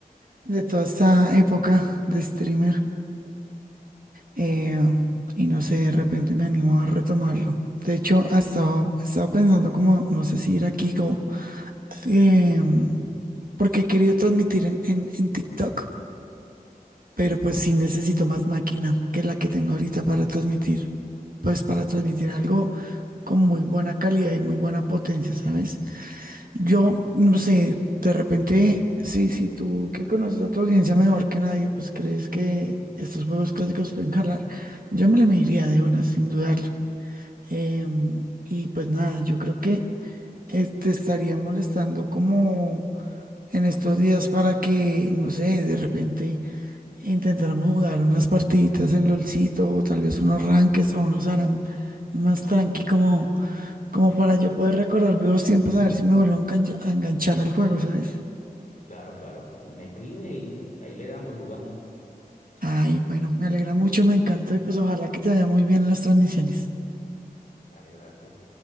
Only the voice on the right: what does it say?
de toda esta época de streamer. eh, y no sé, de repente me animo a retomarlo. De hecho, ha estado, he estado pensando como, no sé si ir aquí como, em, porque he querido transmitir en, en, en TikTok, pero pues sí necesito más máquina que la que tengo ahorita para transmitir, pues para transmitir algo con muy buena calidad y muy buena potencia, ¿sabes? Yo, no sé, de repente, sí, sí, tú que conoces a tu audiencia mejor que nadie, pues crees que estos juegos clásicos pueden jalar. Yo me le mediría de una, sin dudarlo. Em, y pues nada, yo creo que eh, te estaría molestando como en estos días para que, no sé, de repente intentáramos jugar unas partiditas en LOLcito o tal vez unos ranques o unos ARAM más tranqui como. Como para yo poder recordar viejos tiempos, a ver si me vuelvo a engancha- a enganchar al juego, ¿sabes?
Ay, bueno, me alegra mucho, me encantó y pues ojalá que te vaya muy bien en las transmisiones.